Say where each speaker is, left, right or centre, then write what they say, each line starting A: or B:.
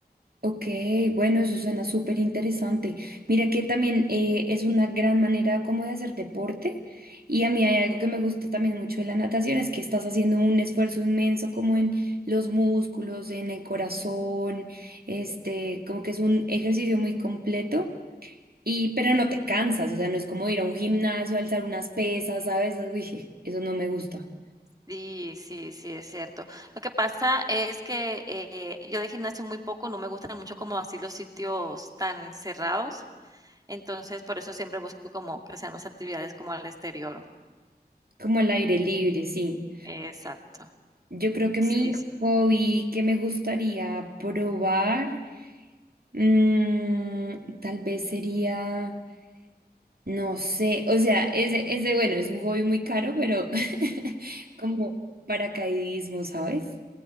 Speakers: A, on the right (about 65°); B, on the right (about 20°).
A: Ok, bueno, eso suena súper interesante. Mira que también eh, es una gran manera como de hacer deporte y a mí hay algo que me gusta también mucho de la natación, es que estás haciendo un esfuerzo inmenso como en los músculos, en el corazón, este, como que es un ejercicio muy completo y pero no te cansas, o sea, no es como ir a un gimnasio, alzar unas pesas, ¿sabes? Uy, je, eso no me gusta.
B: Sí, sí, sí, es cierto. Lo que pasa es que, eh, yo de gimnasio muy poco, no me gustan mucho como así los sitios tan cerrados. Entonces, por eso siempre busco como que sean más actividades como al exterior.
A: Como al aire libre, sí.
B: Exacto.
A: Yo creo que mi
B: Sí, sí.
A: hobby que me gustaría probar, mm, tal vez sería, no sé, o sea, ese, ese, bueno, es un hobby muy caro, pero <laughs> como paracaidismo, ¿sabes?